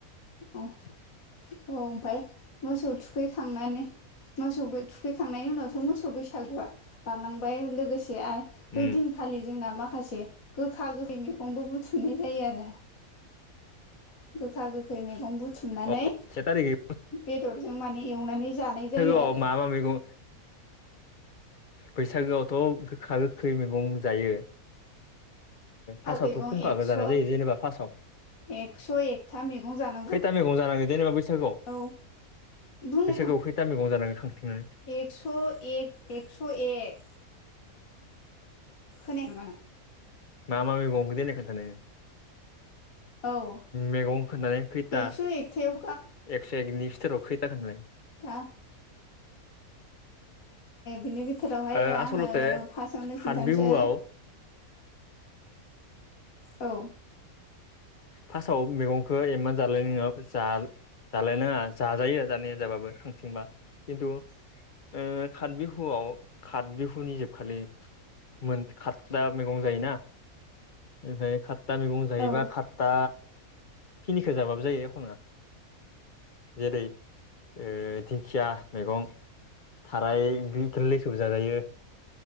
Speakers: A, on the left; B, on the left.
A: अ औ ओमफफ्राय मोसौ थुखैखांनानै मोसौबो थुखैखांनायनि उनावथ' मोसौ बैसागुआ बारलांबाय लोगोसे आरो
B: उम
A: बै दिन खालि जोंना माखासे गोखा गोखै मैगंबो बुथुमनाय जायो आरो गोखा गोखै मैगं बु बुथुमनानै
B: अ से थारिखै
A: बेदरजों मान एवनानै जानाय जायो
B: ह
A: आरो
B: मा मा मैगं बैसागोआवथ' गोखा गोखै मैगं जायो
A: गोखै
B: फार्टआवथ'
A: मैगं
B: खुंखा
A: एक्स'
B: गो जानाय जायो जेनबा फार्स्टआव
A: एक्स' एकथा मैगं जानांगौ
B: खैथा मैगं जानांगोन जेनेबा बैसागु
A: औ बुंनो
B: बिसोर गोावखै दा मैगं जानांगो खांथिनानै
A: एकस' एक एकस' एक खोनायाखै नामा नों
B: मा मा मैगं देनाय खोन्थानाय नों
A: औ
B: मैगं खोननानै खैथा
A: एक्स' एकथायाव
B: एकस' एकनि फिथोराव खैथा खोन्थानाय
A: दा बिनि बिथोरावहाय
B: ओ
A: आङो
B: आसलथे
A: फार्टआवनो
B: हात
A: खिन्थानोसै
B: बिहुआव
A: औ
B: फार्स्टआव मेगंखो एमान जालाय नोङो जा जालायनाङा जाजायो जानाय जाबाबो खांथिंबा खिन्थु ओ काथ बिहुआव काथ बिहुनि जोबखालि मोन खतदा मैगं जायोना। ओमफ्राय खात्ता मैगं जायोबा
A: औ
B: खात्ता खिनिखो जाबाबो जायो एख नङा जेरै ओ दिंखिया मैगं थाराय <unintelligible> गोल्लैखोबो जाजायो